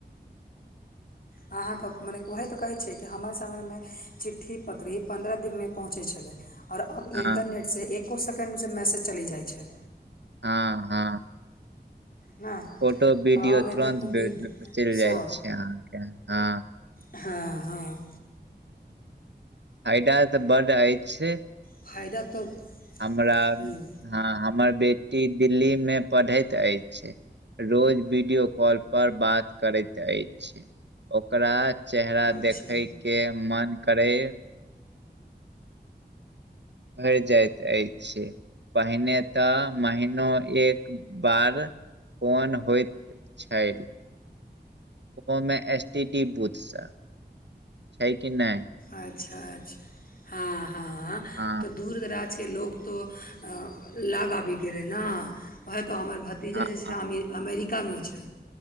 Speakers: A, on the left; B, on the right.
A: अहाँ तऽ मने वएह तऽ कहै छियै कि हमर समय मे चिट्ठी पत्री पन्द्रह दिनमे पहुँचै छलै। आओर अब
B: हँ
A: इन्टरनेट सँ एको सेकेण्ड सँ मैसेज चलि जाइ छै
B: हँ हँ
A: ने
B: फोटो वीडियो
A: अहाँमे
B: तुरन्त
A: देखू बीड
B: चलि
A: सभ
B: जाइ छै अहाँके हँ
A: हँ हँ
B: फाइदा तऽ बड्ड अछि
A: फायदा तो
B: हमरा
A: हम्म,
B: हँ हमर बेटी दिल्ली मे पढ़ैत अछि रोज वीडियो कॉल पर बात करैत अछि ओकरा चेहरा
A: अच्छा
B: देखै केँ मन करै भैर जाइत अछि पहिने तऽ महिनो एक बार फोन होइत छै ओहो मे एस टी डी बूथ सॅं छै कि नय
A: अच्छऽ अच्छऽ हँ हँ
B: हँ
A: तऽ दूर दराज केँ लोक तो अ लग आबि गेलै नऽ वहे तो हमर भ तीजा
B: हँ
A: जे छै
B: हँ
A: अमि - अमेरिका मे उ छै